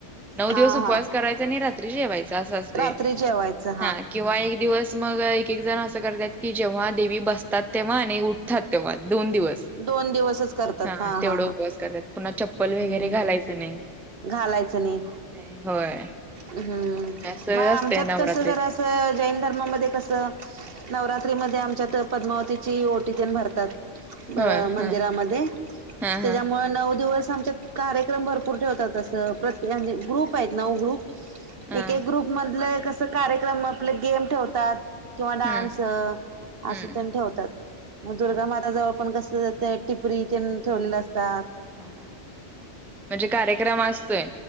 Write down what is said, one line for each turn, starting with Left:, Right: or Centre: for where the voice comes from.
Centre: नऊ
Right: हा
Centre: दिवस उपवास
Right: हा
Centre: करायचा आणि रात्री जेवायचं असं असतय,
Right: रात्री जेवायचं
Centre: हा किंवा एक दिवस मग एक एक जण असं करत्यात, की जेव्हा देवी बसतात तेव्हा आणि उठतात तेव्हा दोन दिवस
Right: दोन दिवसच करतात
Centre: हा तेवढ उपवास
Right: हा
Centre: करत्यात पुन्हा चप्पल
Right: हम्म
Centre: वगैरे घालायचं नाही.
Right: घालायचं नी
Centre: नाही होय
Right: हम्म
Centre: हे सगळ
Right: मग आमच्यात
Centre: असते नवरात्रीत
Right: कस जरा त जैन धर्मामध्ये कसं? नवरात्रीमध्ये आमच्यात पद्मावतीची ओटी तिनं भरतात. म
Centre: होय
Right: मंदिरामध्ये
Centre: हा हा
Right: त्याच्यामुळ
Centre: हा
Right: नऊ दिवस आमच्यात कार्यक्रम भर पुर ठेवतात अस प्रत्ये म्हणजे ग्रुप आहेत ना हो ग्रुप
Centre: हा
Right: एक एक ग्रुप मधलं कस कार्यक्रम आपल गेम ठेवतात. किंवा डान्स
Centre: हम्म हम्म
Right: असं तेन ठेवतात, मग दुर्गामाताजवळ
Centre: हा
Right: पण कस ते टिपरी तेन ठेवलेल असतात.
Centre: हा हा म्हणजे कार्यक्रम असतोय.